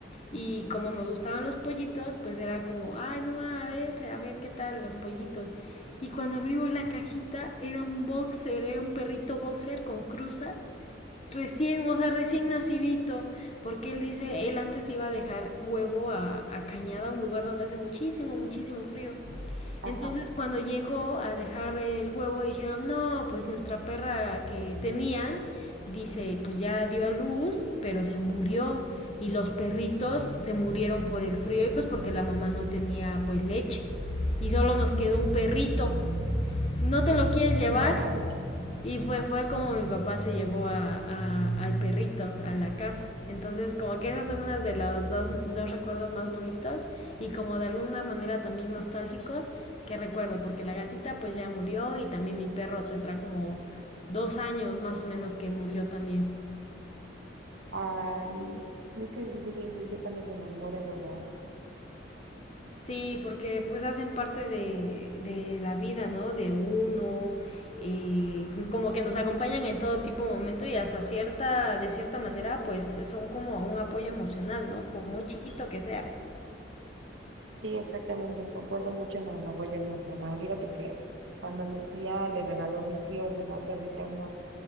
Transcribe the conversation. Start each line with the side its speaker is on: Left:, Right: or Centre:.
Left: Y como nos gustaban los pollitos, pues era como, ay, no, a ver, a ver qué tal los pollitos. Y cuando abrimos la cajita, era un boxer, era un perrito boxer con cruza, recién, o sea, recién nacidito, porque él dice, él antes iba a dejar huevo a, a Cañada, un lugar donde hace muchísimo, muchísimo frío.
Right: Ajá.
Left: Entonces, cuando llegó a dejar el huevo, dijeron, no, pues nuestra perra que tenían, dice, pues ya dio a luz, pero se murió. Y los perritos se murieron por el frío y pues porque la mamá no tenía pues leche. Y solo nos quedó un perrito. ¿No te lo quieres llevar?
Right: No manches.
Left: Y fue, fue como mi papá se llevó a, a- al perrito a la casa. Entonces, como que esas son unas de los dos, dos recuerdos más bonitos y como de alguna manera también nostálgicos que recuerdo, porque la gatita pues ya murió y también mi perro tendrá como dos años más o menos que murió también.
Right: Ay, no es que me siento bien triste cuando se nos mueren, ¿verdad?
Left: Sí, porque pues hacen parte de, de la vida, ¿no? De uno, eh, como que nos acompañan en todo tipo de momento y hasta cierta, de cierta manera, pues son como un apoyo emocional, ¿no? Por muy chiquito que sea.
Right: Sí, exactamente, concuerdo mucho en el apoyo emocional. Fíjate que cuando mi tía le regaló a mi tío una perrita, una